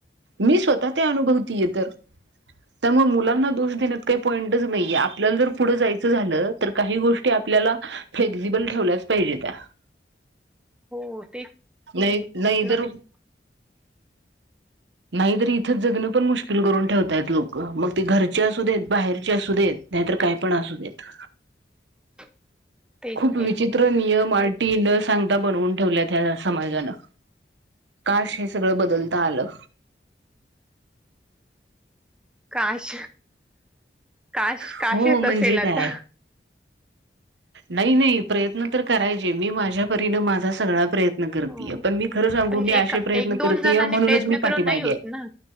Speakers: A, on the right; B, in the centre.
A: मी स्वतः ते अनुभवतीय तर त्यामुळे मुलांना दोष देण्यात काही पॉईंटच नाहीये आपल्याला जर पुढं जायचं झालं तर काही गोष्टी आपल्याला फ्लेक्झिबल ठेवल्याच पाहिजे त्या
B: हो तेच
A: नाही नाही इधर
B: ना <inaudible>
A: नाहीतरी इथं जगणं पण मुश्किल करून ठेवताय लोक मग ते घरचे असू देत बाहेरचे असू देत नाही तर तर काय पण असू येत
B: <inaudible> तेच
A: खूप
B: तेच
A: विचित्र नियम आटी न सांगता बनवून ठेवल्यात ह्या समाजानं. काश हे सगळं बदलता आलं.
B: काश? काश काशेच
A: हो म्हणजे
B: असेल आता.
A: काय नाही नाही प्रयत्न तर करायचे मी माझ्या परीन माझा सगळा प्रयत्न करतय
B: हो
A: पण मी खरं सांगू
B: पण
A: मी
B: एका
A: असे प्रयत्न
B: एक दोन
A: करतेय
B: जणांनी
A: म्हणूनच
B: प्रयत्न
A: मी पाठीमागे
B: करून नाही होत
A: आहे.
B: ना.